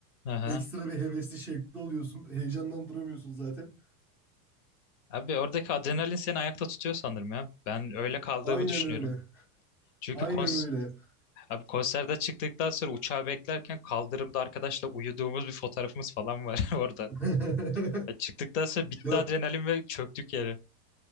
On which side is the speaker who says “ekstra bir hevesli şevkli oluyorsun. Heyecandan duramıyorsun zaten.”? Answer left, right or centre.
Centre